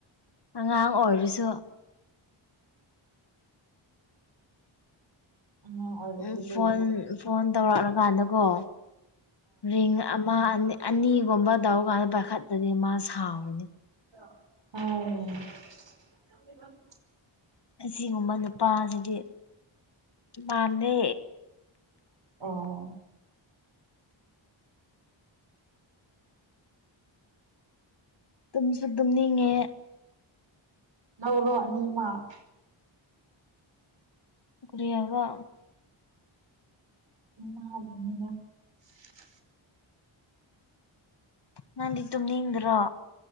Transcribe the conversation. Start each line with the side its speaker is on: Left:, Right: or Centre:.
Left: ꯑꯉꯥꯡ ꯑꯣꯏꯔꯁꯨ
Right: ꯑꯉꯥꯡ ꯑꯣꯏꯕꯁꯤꯗꯤ
Left: ꯎꯝ ꯐꯣꯟ
Right: ꯍꯣꯏ
Left: ꯐꯣꯟ ꯇꯧꯔꯛꯂꯀꯥꯟꯗꯀꯣ ꯔꯤꯡ ꯑꯃ ꯑꯅꯤ ꯑꯅꯤꯒꯨꯝꯕ ꯇꯧꯀꯥꯟꯗ ꯄꯥꯏꯈꯠꯇꯗꯤ ꯃꯥ ꯁꯥꯎꯒꯅꯤ
Right: ꯑꯣ <inaudible>
Left: ꯑꯁꯤꯒꯨꯝꯕ ꯅꯨꯄꯥꯁꯤꯗꯤ ꯄꯥꯝꯗꯦ
Right: ꯑꯣ
Left: ꯇꯨꯝꯁꯨ ꯇꯨꯝꯅꯤꯡꯉꯦ
Right: ꯂꯧꯔꯣ ꯑꯅꯤꯃꯛ
Left: ꯀꯔꯤ ꯍꯥꯏꯕ
Right: ꯏꯃ ꯅꯤꯕ <inaudible>
Left: ꯅꯪꯗꯤ ꯇꯨꯝꯅꯤꯡꯗ꯭ꯔꯣ